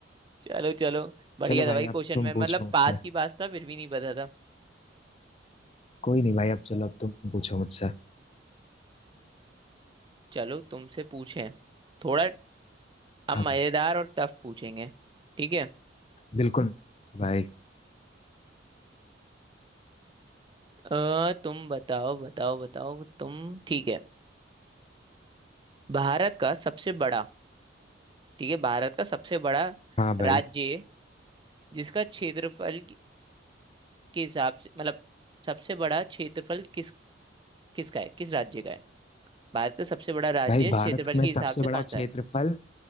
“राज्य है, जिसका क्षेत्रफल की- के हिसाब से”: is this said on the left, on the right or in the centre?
Right